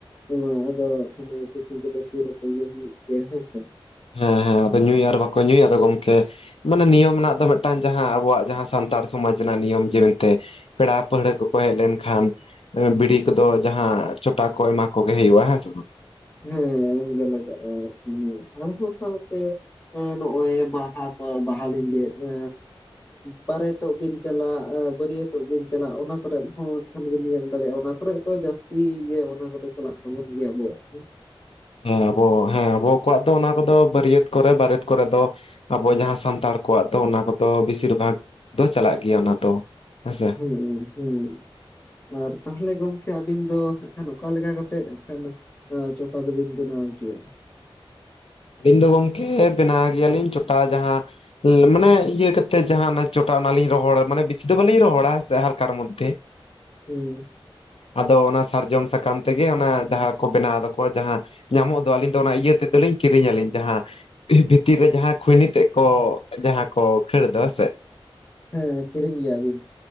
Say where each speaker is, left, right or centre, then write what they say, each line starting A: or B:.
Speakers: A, on the left (about 25°); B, on the left (about 85°).
A: ᱱᱚᱣᱟ ᱟᱫᱚ ᱛᱷᱟᱞᱮ ᱪᱩᱴᱤ ᱠᱚᱫᱚ ᱥᱩᱨ ᱟᱠᱚ ᱜᱮ ᱦᱩᱭᱩᱜ ᱜᱮᱭᱟ ᱦᱮᱸ ᱥᱮ᱾
B: ᱦᱮᱸ ᱦᱮᱸ ᱟᱫᱚ ᱧᱩᱭ ᱟᱨ ᱵᱟᱠᱚ ᱧᱩᱭ ᱟᱫᱚ ᱜᱚᱝᱠᱮ ᱢᱟᱱᱮ ᱱᱤᱭᱚᱢ ᱨᱮᱱᱟᱜ ᱫᱚ ᱢᱤᱫᱴᱟᱝ ᱡᱟᱦᱟᱸ ᱟᱵᱚᱣᱟᱜ ᱡᱟᱦᱟᱸ ᱥᱟᱱᱛᱟᱲ ᱥᱚᱢᱟᱡᱽ ᱨᱮᱱᱟᱜ ᱱᱤᱭᱚᱢ ᱡᱮ ᱢᱮᱱᱛᱮ ᱯᱮᱲᱟ ᱯᱟᱹᱦᱲᱟᱹ ᱠᱚᱠᱚ ᱦᱮᱡ ᱞᱮᱱᱠᱷᱟᱱ ᱵᱤᱲᱤ ᱠᱚᱫᱚ ᱡᱟᱦᱟᱸ ᱪᱚᱴᱟ ᱠᱚ ᱮᱢᱟ ᱠᱚᱜᱮ ᱦᱩᱭᱩᱜᱼᱟ ᱦᱮᱸ ᱥᱮ ᱵᱟᱝ᱾
A: ᱦᱮᱸ ᱮᱢᱜᱮ ᱞᱟᱜᱟᱜᱼᱟ ᱮᱠᱷᱟᱱ ᱟᱨᱦᱚᱸ ᱥᱟᱶᱛᱮ ᱦᱮᱸ ᱱᱚᱜᱼᱚᱭ ᱵᱟᱦᱟ ᱠᱚ ᱵᱟᱦᱟᱞᱤᱧ ᱞᱟᱹᱭᱮᱫ ᱮ ᱵᱟᱨᱮ ᱛᱚᱜ ᱵᱤᱱ ᱪᱟᱞᱟᱜ ᱵᱟᱹᱨᱭᱟᱹᱛᱚᱜ ᱵᱤᱱ ᱪᱟᱞᱟᱜ ᱚᱱᱟ ᱠᱚᱨᱮᱫ ᱦᱚᱸ ᱠᱷᱟᱱ ᱜᱮᱢ ᱧᱮᱞ ᱫᱟᱲᱮᱭᱟᱜᱼᱟ ᱚᱱᱟ ᱠᱚᱨᱮ ᱛᱚ ᱡᱟᱹᱥᱛᱤ ᱜᱮ ᱚᱱᱟ ᱠᱚᱫᱚ ᱪᱟᱞᱟᱜ ᱛᱟᱵᱚᱱ ᱜᱮᱭᱟ ᱟᱵᱚᱣᱟᱜ ᱦᱚᱸ᱾
B: ᱦᱮᱸ ᱟᱵᱚ ᱦᱮᱸ ᱟᱵᱚ ᱠᱚᱣᱟᱜ ᱫᱚ ᱚᱱᱟ ᱠᱚᱫᱚ ᱵᱟᱹᱨᱭᱟᱹᱛ ᱠᱚᱨᱮ ᱵᱟᱹᱨᱮᱛ ᱠᱚᱨᱮ ᱫᱚ ᱟᱵᱚ ᱡᱟᱦᱟᱸ ᱥᱟᱱᱛᱟᱲ ᱠᱚᱣᱟᱜ ᱫᱚ ᱚᱱᱟ ᱠᱚᱫᱚ ᱵᱮᱥᱤᱨ ᱵᱷᱟᱜᱽ ᱫᱚ ᱪᱟᱞᱟᱜ ᱜᱮᱭᱟ ᱚᱱᱟ ᱫᱚ᱾ ᱦᱮᱸᱥᱮ
A: ᱦᱩᱸ ᱦᱩᱸ᱾ ᱟᱨ ᱛᱟᱦᱚᱞᱮ ᱜᱚᱢᱠᱮ ᱟᱹᱵᱤᱱ ᱫᱚ ᱮᱠᱷᱟᱱ ᱚᱠᱟ ᱞᱮᱠᱟ ᱠᱟᱛᱮᱫ ᱮᱠᱷᱟᱱ ᱦᱟ, ᱪᱚᱴᱟ ᱫᱚᱵᱤᱱ ᱵᱮᱱᱟᱣ ᱠᱮᱭᱟ?
B: ᱟᱹᱞᱤᱧ ᱫᱚ ᱜᱚᱝᱠᱮ ᱵᱮᱱᱟᱣ ᱜᱮᱭᱟᱞᱤᱧ ᱪᱚᱴᱟ ᱡᱟᱦᱟᱸ ᱢᱟᱱᱮ ᱤᱭᱟᱹ ᱠᱟᱛᱮᱜ ᱡᱟᱦᱟᱸ ᱪᱚᱴᱟ ᱚᱱᱟ ᱞᱤᱧ ᱨᱚᱦᱚᱲᱟ ᱢᱟᱱᱮ ᱵᱤᱥᱤ ᱫᱚ ᱵᱟᱞᱤᱧ ᱨᱚᱦᱚᱲᱟ ᱦᱮᱸᱥᱮ ᱦᱟᱞᱠᱟᱨ ᱢᱚᱫᱽᱫᱷᱮ ᱾ <inaudible>
A: ᱦᱩᱸ!
B: ᱟᱫᱚ ᱚᱱᱟ ᱥᱟᱨᱡᱚᱢ ᱥᱟᱠᱟᱢ ᱛᱮᱜᱮ ᱚᱱᱟ ᱡᱟᱦᱟᱸ ᱠᱚ ᱵᱮᱱᱟᱣᱫᱟᱠᱚ ᱡᱟᱦᱟᱸ ᱧᱟᱢᱚᱜ ᱫᱚ ᱟᱹᱞᱤᱧ ᱫᱚ ᱚᱱᱟ ᱤᱭᱟᱹ ᱛᱮᱫ ᱫᱚᱞᱤᱧ ᱠᱤᱨᱤᱧᱟᱹᱞᱤᱧ ᱡᱟᱦᱟᱸ ᱵᱷᱤᱛᱤᱨ ᱨᱮ ᱡᱟᱦᱟᱸ ᱠᱷᱩᱭᱱᱤ ᱛᱮᱜ ᱠᱚ ᱡᱟᱦᱟᱸ ᱠᱚ ᱠᱷᱟᱹᱲ ᱫᱚ ᱥᱮ ᱾
A: ᱦᱮᱸ, ᱠᱤᱨᱤᱧ ᱜᱮᱭᱟ ᱵᱤᱱ ᱾